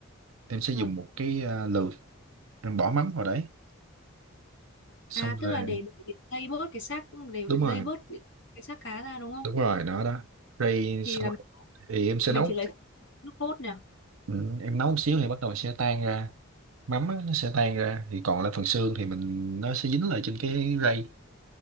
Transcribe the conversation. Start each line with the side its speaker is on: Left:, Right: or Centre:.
Right: em sẽ
Left: Vâng.
Right: dùng một cái ờ, lược em bỏ mắm vào đấy xong
Left: À
Right: rồi
Left: tức là để để dây bớt cái xác để
Right: đúng rồi
Left: dây bớt cái cái xác cá ra đúng không?
Right: đúng rồi nó đó rồi
Left: Thì
Right: xong
Left: là
Right: rồi, thì em sẽ
Left: mình
Right: nấu
Left: chỉ lấy nước cốt nè.
Right: ừ, em nấu một xíu thì bắt đầu sẽ tan ra mắm á, nó sẽ tan ra thì còn lại phần xương thì mình nó sẽ dính lại trên cái rây